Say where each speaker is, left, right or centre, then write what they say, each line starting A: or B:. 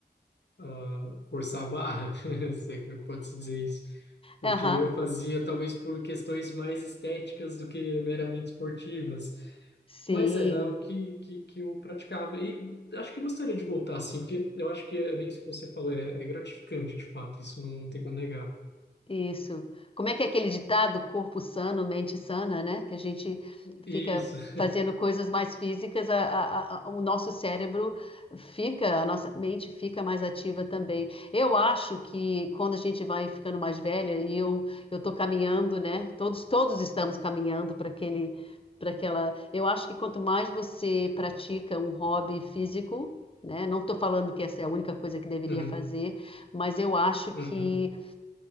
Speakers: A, on the left (about 80°); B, on the left (about 30°).
A: ah, forçar a barra, <laughs> se é que pode-se dizer isso. Porque
B: Aham,
A: eu fazia talvez por questões mais estéticas do que meramente esportivas.
B: Sim.
A: Mas era o que, que, que eu praticava e acho que gostaria de voltar, assim, porque eu acho que é bem isso que você falou, é, é gratificante, de fato, isso não, não tem como negar.
B: Isso. Como é que é aquele ditado, corpo sano, mente sana, né? Que a gente
A: Isso.
B: fica
A: <laughs>
B: fazendo coisas mais físicas, a- a- a- o nosso cérebro fica, a nossa mente fica mais ativa também. Eu acho que quando a gente vai ficando mais velha, e eu eu tô caminhando, né? Todos todos estamos caminhando para aquele para aquela. Eu acho que quanto mais você pratica um hobby físico, né? Não estou falando que essa é a única coisa que deveria
A: Uhum,
B: fazer, mas eu acho que
A: uhum,